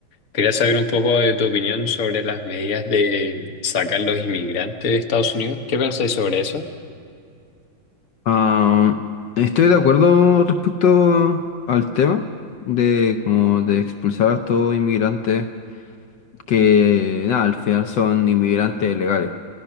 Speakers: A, on the left (about 50°); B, on the left (about 70°).
A: Quería saber un poco de tu opinión sobre las medidas de sacar los inmigrantes de Estados Unidos. ¿Qué pensáis sobre eso?
B: Ah, estoy de acuerdo respecto al tema de como de expulsar a estos inmigrantes que nada, al final son inmigrantes legales.